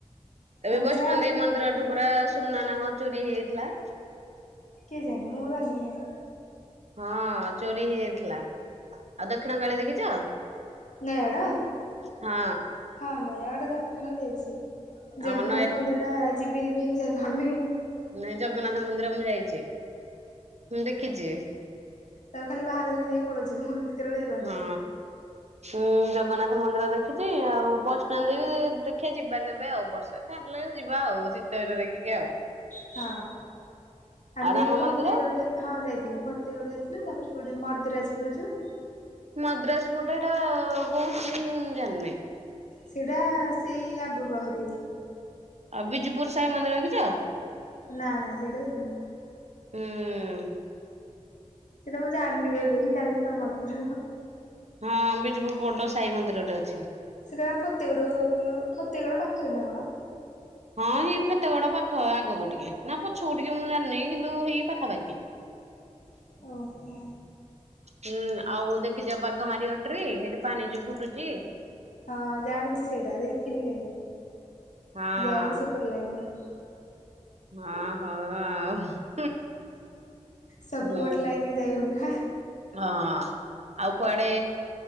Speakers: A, on the right (about 60°); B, on the left (about 80°).
A: ଏବେ
B: ଆମେ
A: ବୈଷ୍ଣଦେବୀ
B: ଯାହା
A: ମନ୍ଦିରଠୁ ପରା ସୁନା ନାଁ କଁ ଚୋରି ହେଇଯାଇଥିଲା।
B: କେଜାଣି ମୁଁ ଜାନି କାଇଁ।
A: ହଁ ଚୋରି ହେଇଯାଇଥିଲା। ଆଉ ଦକ୍ଷିଣ କାଳୀ ଦେଖିଚ?
B: ନୟାଅଡ଼?
A: ହଁ।
B: ହଁ ନୟାଗଡ଼ ଦକ୍ଷିଣ କାଳୀ ଯାଇଚି। ଜଗନ୍ନାଥ
A: ନୟା
B: ମନ୍ଦିରଟା ଯିବି ଯିବି ହେଇକି ଯାଇପାରୁନେଇ।
A: ନାଇଁ ଜଗନ୍ନାଥ ମନ୍ଦିର ମୁଁ ଯାଇଚି ହୁଁ ଦେଖିଚି।
B: ତାକୁ ଖାଲି ବାହାରେ ଦେଖିଦେଇ ପଳଉଚି ମୁଁ। ଭିତରକୁ ଯାଇପାରୁନି
A: ହଁ। ଉଁ ଜଗନ୍ନାଥ ମନ୍ଦିର ଦେଖିଚି ଆଉ ବୈଷ୍ଣଦେବୀ ଦେ ଦେଖିଆ ଯିବା କେବେ ଆଉ ବର୍ଷା ତା ଛାଡ଼ିଲାଉ ଯିବା ଆଉ ଶୀତ ଦିନ ଦେଖିକି ଆଉ।
B: ହଁ ଆମେ
A: ଆଉ ରାମ
B: ଫତେଗଡ଼
A: ମନ୍ଦିର
B: ଯେ ହଁ ଯାଇଥିଲୁ ଫତେଗଡ଼ ଯାଇଥିଲୁ ତାପରେ ସେପଟେ ମର୍ଦ୍ଦରାଜପୁର ଯୋଉ।
A: ମଦ୍ରାସପୁଟା ହେଟା କୋଉଠି କି ମୁଁ ଜାଣନେଇ।
B: ସେଟା ସେଇ ଆଗୁକୁ ଆହୁରି।
A: ଆଉ ବିଜୁପୁର ସାଇ ମନ୍ଦିର ଦେଖିଚ?
B: ଏ ନାଁ ନାଁ ସେଇଟା ଦେଖିନି।
A: ହୁଁ। ହୁଁ।
B: ସେଟା ମୁଁ ଜାଣିନି ବେ ଏବେ ହିଁ ଜାଣିଲି ତମମାନଙ୍କ ଠାରୁ।
A: ହଁ ବିଜୁପୁର ବଡ଼ ସାଇ ମନ୍ଦିରଟେ ଅଛି।
B: ସେଟା ଫତେଗଡ ପୁରରୁ ଫତେଗଡ ପାଖରେ ନା କଣ?
A: ହଁ ସେଇ ଫେତେଗଡ ପାଖ ଆଗକୁ ଟିକେ ନା ପଛକୁ ଟିକେ ମୁଁ ଜାିନି କିନ୍ତୁ ହେଇ ପାଖାପାଖି।
B: ଓ ହୋ।
A: ହୁଁ ଆଉ ଦେଖିଛ ବାଘ ମାରି ଘଟି ସେଠି ପାଣି ଯୋଉ ଫୁଟୁଛି।
B: ହଁ ଜାଣିଛି ସେଇଟା ଦେଖିନି କେବେ
A: ହଁ
B: ଯାଇନି ସେପଟ ଲାଇନି।
A: ହଁ ହଁ ଆଉ।
B: ସବୁ
A: ହୁଁ
B: ଗୋଟେ ଲାଇନରେ ଯାଇ ହଉନି ପା।
A: ହଁ ଆଉ କୁଆଡେ